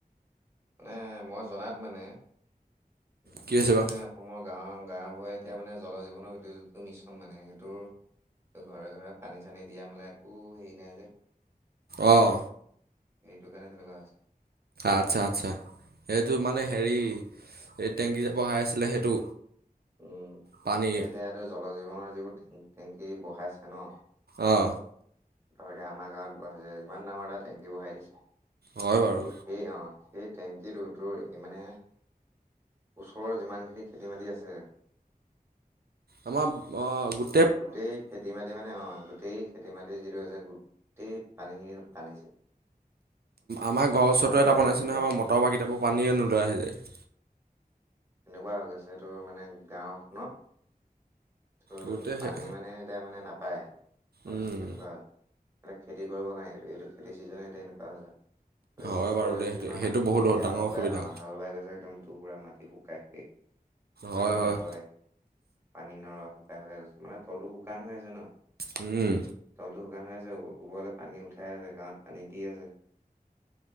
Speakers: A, on the right; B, on the right.
A: মানে মই জনাত মানে, গোটেই
B: কি হৈছে বা
A: মানে অসমৰ গাঁৱৰ গাঁওবুঢ়া এতিয়া মানে জল জীৱনৰ য যিটো মিছন মানে সেইটোৰ ত ঘৰে ঘৰে পানী চানী দিয়া মালা একো হেৰি নাই যে।
B: অহ।
A: সেইটো কাৰণে তেনেকুৱা হৈছ-
B: আচ্ছা আচ্ছা, এইটো মানে হেৰি এই টেংকী যে বহাই আছিলে সেইটো?
A: উম
B: পানীৰ
A: এতিয়া এতিয়া ইতে জল জীৱনৰ যিবোৰ টেংকী বহাইছে ন।
B: অহ।
A: ধৰ এতিয়া আমাৰ গাঁৱত বহাই যে ইমান ডাঙৰ এটা টেংকী বঢ়াই দিছে।
B: হয় বাৰু।
A: তোৰ সেই অ সেই টেংকীটো তোৰ মানে ওচৰৰ যিমানখিনি খেতি মাটি আছে যে
B: আমাপ অ গোট-
A: গোটেই খেতি মাটি মানে অ গোটেই খেতি মাটি যিটো হৈছে, গোটেই পানীখিনি টানিছে-
B: আমাৰ ঘৰ ওচৰতো
A: পানী
B: এটা
A: টানি
B: বনাইছে
A: তাত
B: নহয়
A: অ অ
B: আমাৰ মটৰ বা কেতিয়াবা পৰা পানীয়ে নোলোৱা হৈ যায়।
A: এনেকুৱা হৈ গৈছে এইটো মানে গাঁওখনত তোৰ
B: গোটেই সেই
A: পানী মানে এতিয়া মানে নাপায় শুনিছো
B: উম,
A: তেনেকুৱা এ খেতি কৰিব কাৰণে এইটো খেতি চিজনে এনেকুৱা হৈছে। এ
B: হয়
A: ওচৰৰ
B: বাৰু দেই
A: যিখিনি
B: সেইটো
A: মান
B: সেইটো
A: মাটিখিনি
B: বহুত
A: এতিয়া
B: ডাঙৰ
A: হাল
B: অসুবিধা
A: বাই অহ হাল বাই গৈছে একদম দুবুৰা মাট- শুকাই শেষ,
B: হয়
A: পানী
B: হয়
A: নৰয় পানী নৰ- শুকাই শুকাই গৈছে মানে তলটো শুকান হৈ আছে ন।
B: উম।
A: তলটো শুকান হৈ আছে ওপৰলৈ পানী উঠাই আছে গাঁৱত পানী দি আছে।